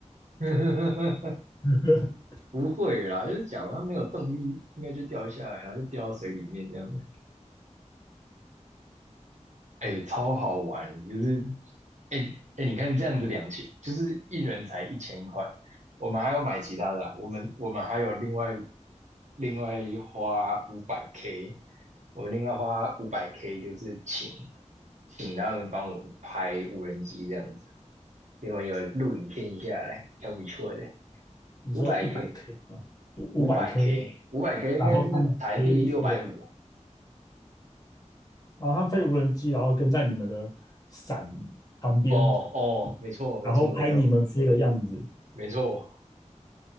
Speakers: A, on the right; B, on the left.
A: <laughs>
B: <laughs>
A: 不会啦，就是假如他没有动力，应该就掉下来，然后就掉到水里面这样。子。哎，超好玩，就是哎哎，你看这样子两千，就是一人才一千块，我们还要买其他的啊我们我们还有另外另外花五百 K，我们另外花五百 K 就是请请他们帮我们拍无人机这样子，因为有录影片下来，还不错的，
B: 你说一百
A: 五百 K
B: K 啊，五五百
A: 五百
B: K，
A: K 五百 K
B: 然后他们飞无人，
A: 应该是台币六百五，
B: 然后他们飞无人机，然后跟在你们的伞旁边，
A: 哦哦，没错没错没错
B: 然后拍你们飞的样子
A: 没错，